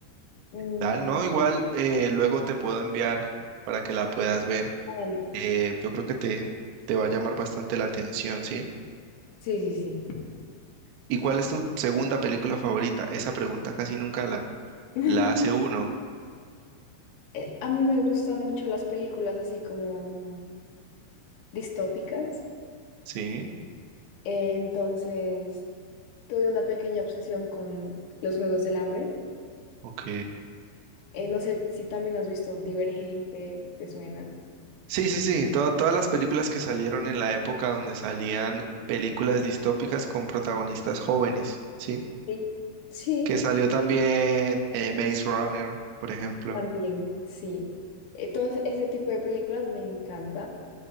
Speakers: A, on the left; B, on the right.
A: Mm,
B: Dal, no, igual eh, luego te puedo enviar para que la puedas ver.
A: Dale.
B: Eh, yo creo que te, te va a llamar bastante la atención, ¿sí?
A: Sí, sí, sí.
B: ¿Y cuál es tu segunda película favorita? Esa pregunta casi nunca la,
A: <laughs>
B: la hace uno.
A: Eh, A mí me gustan mucho las películas así como distópicas.
B: Sí,
A: Eh, Entonces, tuve una pequeña obsesión con los Juegos del Hambre.
B: ok.
A: Eh, no sé si también has visto Divergente, ¿te suena?
B: Sí, sí, sí. to- todas las películas que salieron en la época donde salían películas distópicas con protagonistas jóvenes, ¿sí?
A: Sí. Sí,
B: Que salió también eh, Maze Runner, por ejemplo.
A: También, sí. Eh, todo ese tipo de películas me encanta.